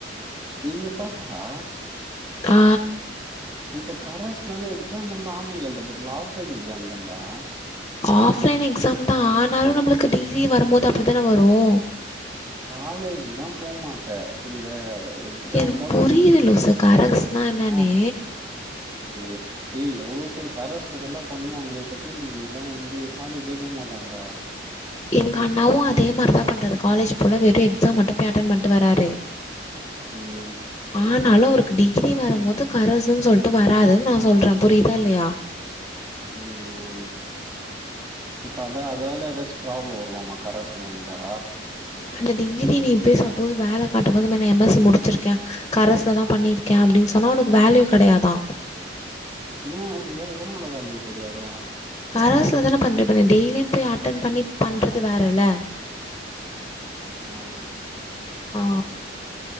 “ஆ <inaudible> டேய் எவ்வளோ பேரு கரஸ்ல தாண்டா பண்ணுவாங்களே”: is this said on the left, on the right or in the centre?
Right